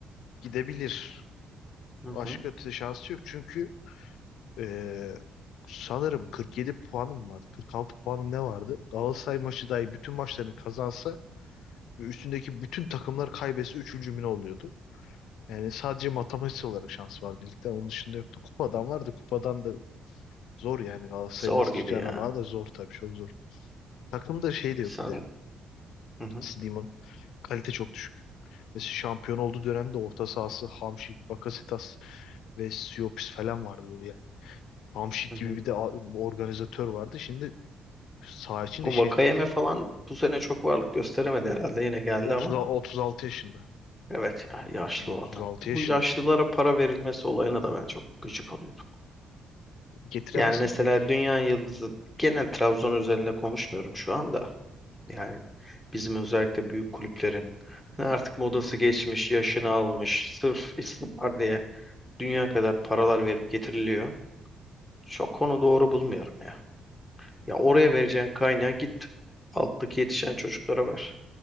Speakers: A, on the left (about 85°); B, in the centre.
A: gidebilir.
B: Hı
A: Başka
B: hı.
A: ötesi şansı yok. Çünkü eee, sanırım 47 puanım vardı. 46 puanım ne vardı? Galatasaray maçı dahi bütün maçlarını kazansa ve üstündeki bütün takımlar kaybetse üçüncü mü ne oluyordu? Yani sadece matematiksel olarak şans vardı ligde. Onun dışında yoktu. Kupadan vardı. Kupadan da zor yani Galatasaray'ın
B: Zor
A: nasıl
B: gibi
A: çıkacağına
B: ya.
A: bağlı da zor tabii çok zor. Takımda şey de yok
B: Sen...
A: bir de.
B: Hı hı.
A: Nasıl diyeyim onu? Kalite çok düşük. Mesela şampiyon olduğu dönemde orta sahası Hamşik, Bakasetas ve Siopis falan vardı böyle yani. Hamşik
B: Hı
A: gibi
B: hı.
A: bir de a- organizatör vardı. Şimdi saha içinde
B: O
A: şef
B: Vakayeme
A: yok.
B: falan bu sene çok varlık gösteremedi herhalde. Yine geldi
A: 30,
B: ama.
A: 36 yaşında.
B: Evet ya, yaşlı
A: Ya 36
B: o adam. Bu
A: yaşında.
B: yaşlılara para verilmesi olayına da ben çok gıcık oluyorum.
A: Getiremezsin
B: Yani mesela
A: ki.
B: Dünya Yıldızı gene Trabzon üzerinde konuşmuyorum şu anda. Yani bizim özellikle büyük kulüplerin hani artık modası geçmiş, yaşını almış, sırf isim var diye dünya kadar paralar verip getiriliyor. Çok onu doğru bulmuyorum ya. Ya oraya vereceğin kaynağı git alttaki yetişen çocuklara ver.